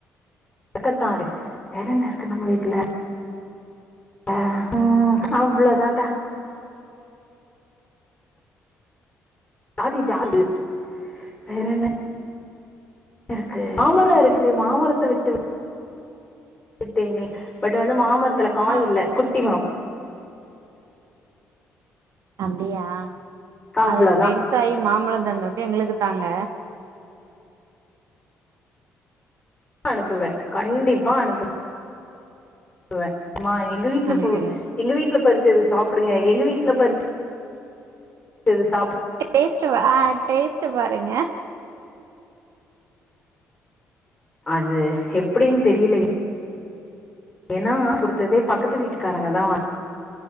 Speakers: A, on the left; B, on the right.
A: க்கத்தான்ரு வேற என்ன இருக்கு நம்ம வீட்டு்ல ஆ ம் அவ்வளவு தான்டா ஜாதி ஜாதி வேற என்ன இருக்கு மாமரம் இருக்கு மாமரத்தை விட்டு ட்டநே பட் வந்து மாமர த்துல காய
B: ஆ
A: இல்ல குட்டி மரம்
B: அப்படியா
A: அவ்ளோதா
B: அது பெருசாயி மாம்பழம் <unintelligible> எங்களுக்கு தாங்க
A: அனுப்புவேன் கண்டிப்பா அனுப்புவேன் வேன் மா எங்க வீட்ல
B: அனுப்பிடுங்க
A: பூ எங்க வீட்ல பருச் இத சாப்புடுங்க எங்க வீட்ல பருச் சது சாப்
B: டேஸ்டு ஆ டேஸ்டு பாருங்க
A: அது எப்டீன்னு தெரியுல ஏன்னா குடுத்ததேப் பக்கத்து வீட்டுக்காரங்க தா வாங்